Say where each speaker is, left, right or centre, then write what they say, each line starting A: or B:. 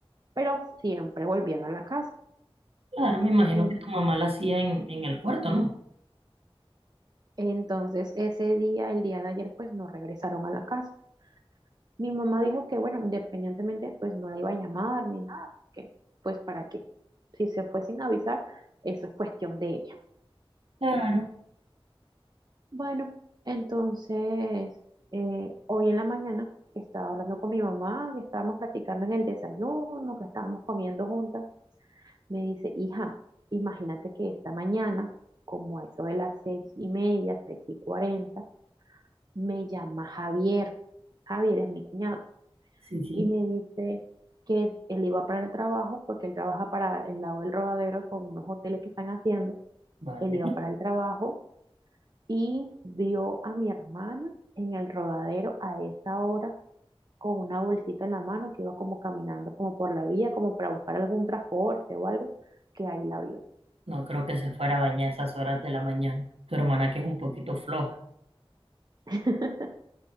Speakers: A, on the right (about 45°); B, on the right (about 75°).
A: pero siempre volvían a la casa.
B: Claro, me imagino
A: En-
B: que tu mamá la hacía en, en el cuarto, ¿no?
A: entonces ese día, el día de ayer, pues no regresaron a la casa. Mi mamá dijo que bueno, independientemente pues no la iba a llamar ni nada, porque pues para qué. Si se fue sin avisar, eso es cuestión de ella.
B: Claro,
A: Bueno, entonces, eh, hoy en la mañana estaba hablando con mi mamá, que estábamos platicando en el desayuno, que estábamos comiendo juntas, me dice, hija, imagínate que esta mañana, como a eso de las seis y media, seis y cuarenta, me llama Javier. Javier es mi cuñado.
B: sí, sí.
A: Y me dice que él iba para el trabajo, porque él trabaja para el lado del Rodadero con unos hoteles que están haciendo.
B: Vale.
A: Él iba para el trabajo y vio a mi hermana en el rodadero a esa hora con una bolsita en la mano que iba como caminando como por la vía, como para buscar algún transporte o algo, que ahí la vio.
B: No creo que se fuera a bañar a esas horas de la mañana. Tu hermana que es un poquito floja.
A: <laughs>